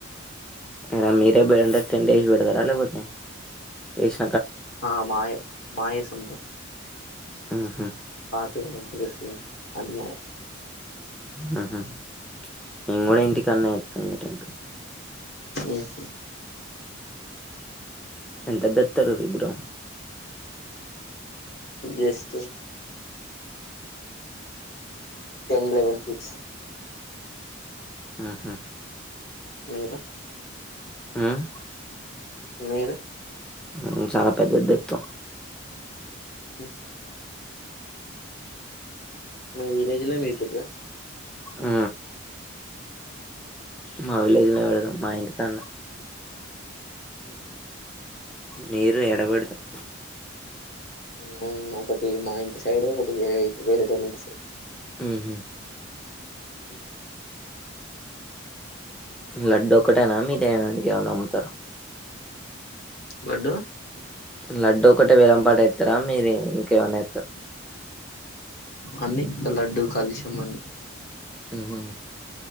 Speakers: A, in the centre; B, on the left.
A: అయినా మీరే బడంటారు తండేసి పెడతారా లేకపోతే ఎస్
B: ఆ మాయే మాయే సొంతం
A: ఉమ్ హు
B: త్త బ్రసింగ్ అమో
A: హా హా మేం కూడా ఇంటికనే చేస్తం అటువంటివి
B: ఏసు
A: ఎంతది తెస్తారు విగ్రహం
B: జస్ట్ టెన్ లేవెన్ ఫిట్స్
A: ఉహు
B: ఇంకా
A: ఉమ్
B: మీరు
A: ఉమ్ చాలా పెద్దది తెత్తం
B: ఉహు మీ విలేజలో మీటుద
A: ఆ మా విలేజ్ లో పేడదాం మా ఇంటికాన్నె
B: ఓహో
A: మీరు యాడ పెడుతారు
B: మేము ఒకటి మా ఇంటి సైడ్ ఒకటి వేరే వేరేటోల్లింటి సైడ్
A: ఉమ్ హు
B: ఉమ్
A: లడ్డు ఒకక్కటేనా మీదే ఇంకేమైనా అమ్ముతార
B: లడ్డు
A: లడ్డూ ఒకటే వేలంపాట ఎస్తారా మీది ఇంకేమైనా ఎస్తార్
B: అన్ని లడ్డూ కాలుష్యం అని
A: ఉమ్ హు